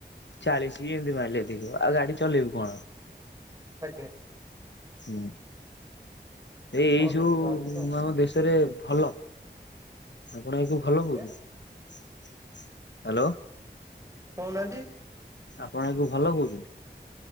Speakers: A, on the left (about 85°); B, on the right (about 20°).
A: ଚାଳିଶି ଏମିତି ମାଇଲେଜ ଦେଖିବୁ ଆଉ ଗାଡି ଚଲେଇବୁ କଣ
B: ଆଜ୍ଞା
A: ହୁଁ ଏ ଏଇ
B: ଭଲ
A: ସବୁ
B: ତାହେଲେ ନା
A: ଆମ ଦେଶରେ ଭଲ ଆପଣ ଆକୁ ଭଲ
B: ଆଜ୍ଞା
A: କହୁଛନ୍ତି ହାଲୋ
B: କହୁନାହାନ୍ତି
A: ଆପଣ ଆକୁ ଭଲ କହୁଛନ୍ତି।